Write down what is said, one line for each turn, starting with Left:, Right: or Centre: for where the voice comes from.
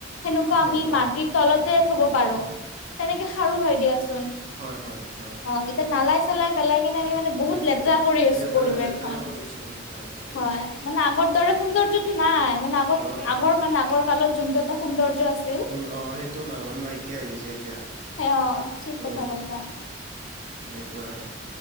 Left: সেনেকুৱা
Right: হয়
Left: আমি
Right: হয়
Left: মাটিৰ তলতে থব পাৰো। তেনেকে সাৰো হয় দিয়াচোন।
Right: হয়- হয় - হয়চ
Left: অ, এতিয়া নালায় চ চেলাই পেলাই কিনে আমি মানে বহুত
Right: উম
Left: লেতৰা
Right: উম
Left: কৰি আছোঁ
Right: লেতেৰা
Left: পৰিবেশখন
Right: লেতেৰা কৰি আছো উম হয়
Left: হয়। মানে আগৰ দৰে সৌন্দৰ্যটো নাই মানে আগত
Right: অ অ
Left: আগৰ মানে আগৰ কালত যোনটো এটা সৌন্দৰ্য আছ
Right: সোণ অ, সেইটো নাই অ, মানে নাইকিয়া হৈ গৈছে এতিয়া
Left: সে অ', ঠিক কথা
Right: উম-
Left: কৈছা
Right: উম। তেনেকুৱা আৰু।